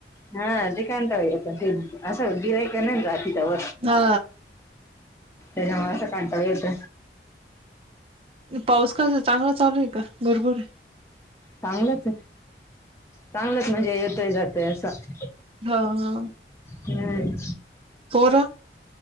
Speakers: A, on the left (about 15°); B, on the right (about 30°).
A: हा काता ते असं गिराक नाही राचार तेव
B: हा
A: असं काांता होेत
B: पाऊस का चांगला चालूय का भरपूर आहे
A: चांगलंच चांगलंच म्हणजे येतोय जातोय असं
B: हा हा
A: ह
B: होर